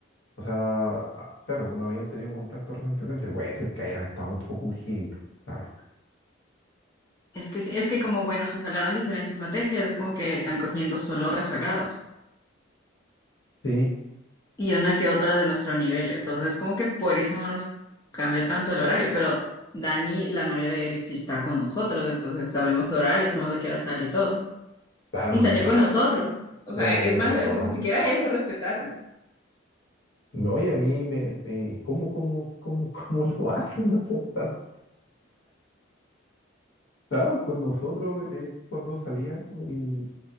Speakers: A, on the left; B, on the left.
A: O sea, a- claro, no habían tenido contacto recientemente, puede ser que hayan estado un poco urgiditos, la verdad.
B: Es que, sí- es que como, bueno, se jalaron diferentes materias, es como que están cogiendo solo rezagados
A: Sí,
B: y una que otra de nuestro nivel. Entonces, como que por eso no nos cambia tanto el horario. Pero Dani, la novia de Eric, sí está con nosotros, entonces sabemos su horario, sabemos a qué hora sale y todo.
A: claro,
B: Y
A: no
B: salió
A: me había,
B: con nosotros. O
A: no
B: sea,
A: me había
B: es más,
A: fijado
B: es- ni
A: en
B: siquiera
A: eso.
B: eso respetaron.
A: No, y a mí me, me- ¿y ¿cómo, cómo, cómo, <laughs> cómo lo hacen? <laughs> O sea, está- estaban con nosotros eh, cuando salían ¿no? y,